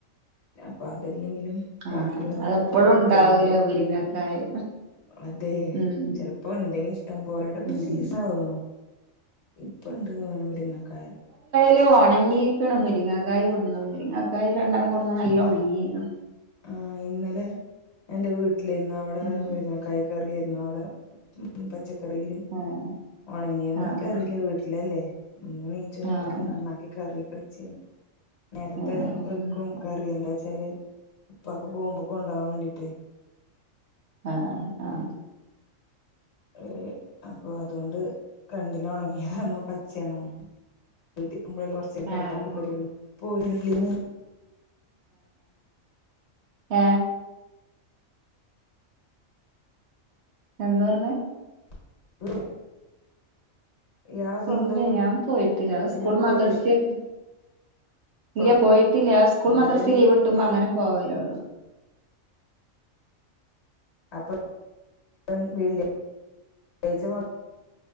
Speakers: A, on the left; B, on the right.
A: അപ്പൊ അത്. ഇല്ലെങ്കിലും
B: ആഹ്
A: ബാക്കിയുള്ളതൊക്കെ
B: അതെപ്പഴും
A: ഇട്ടിട്ട് വെക്കല്ണ്ട്.
B: ഉണ്ടാവൂല മുരിങ്ങക്കായ്
A: അതെ
B: ഉം
A: ചെൽപ്പോ ഉണ്ടെങ്കി ഇഷ്ടം പോലണ്ട് ഇപ്പ
B: ഉം
A: സീസണാ തോന്നണു. ഇപ്പണ്ട് തോന്ന്ണു മുരിങ്ങാക്കായ.
B: ത്, ഒണങ്ങീക്ക്‌ണ് മുര്ങ്ങക്കായ്, കൊട്ന്നത്. മുരിങ്ങക്കായി രണ്ടെണ്ണം കൊട്ന്നത് നല്ലം ഒണ്ങ്ങീ ക്ക്ണ്.
A: ആ, ഇന്നലെ എന്റെ, വീട്ടിലെയ്ര്ന്നവ്ടെ
B: ഉം
A: മുര്ങ്ങക്കായ ക്കറി ന്നവടെ, ഉം, പച്ചക്കറീല്
B: ആഹ്
A: ഒണ് ങ്ങീണോ
B: ആഹ്
A: ൻക്കറീല്ല വീട്ടിലല്ലേ. ഇമ്മ നീച്ചതാന്നോപ്പൊക്കിന്
B: ആഹ്
A: ന്നാക്കിക്കറിയൊക്കെച്ച് നേരത്തെ
B: ആഹ്
A: വെക്കും കറി എന്താച്ചാല്, ഉപ്പാക്ക്‌ പോകുമ്പൊ കൊണ്ടാവാൻ വേണ്ടീട്ട്.
B: ആഹ, ആഹ.
A: ഏഹ് അപ്പൊ അതോണ്ട്, കണ്ടില, ഓണങ്ങിയേതാണൊ, പച്ചേണൊന്ന്, വീട്ട <unintelligible> കിടക്കാനൊക്കെ,
B: ആഹ്
A: പരുള്ളൂ, പോ <unintelligible>
B: ഏ. എന്താറഞ്ഞെ.
A: <unintelligible> സ്വന്തം
B: ഇല്ലെയ്‌, ഞാൻ പോയിട്ടില്ല,
A: വീട്ടില്
B: അത്, സ്കൂളും
A: പോയില്ലേ
B: മദ്രസിയെ
A: ഇപ്പൊ
B: ഇല്ല, പോയിട്ടില്ല. അ സ്കൂളും,
A: ഇന്നലെ
B: മദ്രസെം ലീവ്ട്ട്മ്പോ അങ്ങനെ പോവലൊള്ളു.
A: അപ്പ <unintelligible>